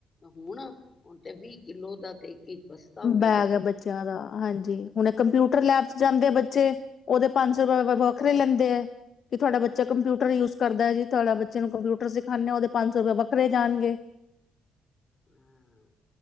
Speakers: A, on the left; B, on the left.
A: ਹੁਣ, ਹੁਣ ਤੇ ਵੀਹ ਕਿੱਲੋ ਦਾ ਤੇ ਇੱਕ ਬਸਤਾ ਹੋ ਗਿਆ
B: ਬੈਗ ਹੈ ਬੱਚਿਆਂ ਦਾ ਹਾਂਜੀ ਜੀ, ਹੁਣ
A: ਹਨਾ
B: ਕੰਪਿਊਟਰ ਲੈਬ ਜਾਂਦੇ ਬੱਚੇ, ਉਹਦੇ ਪੰਜ ਸੌ ਰੁਪਏ ਵੱਖਰੇ ਲੈਂਦੇ ਹੈ ਕਿ ਤੁਹਾਡਾ ਬੱਚਾ ਕੰਪਿਊਟਰ ਯੂਜ ਕਰਦਾ ਹੈ ਜੀ ਤੁਹਾਡਾ ਬੱਚੇ ਨੂੰ ਕੰਪਿਊਟਰ ਸਿਖਾਉਂਦੇ ਉਹਦੇ ਪੰਜ ਸੌ ਰੁਪਏ ਵੱਖਰੇ ਜਾਣਗੇ।
A: ਹਾਂ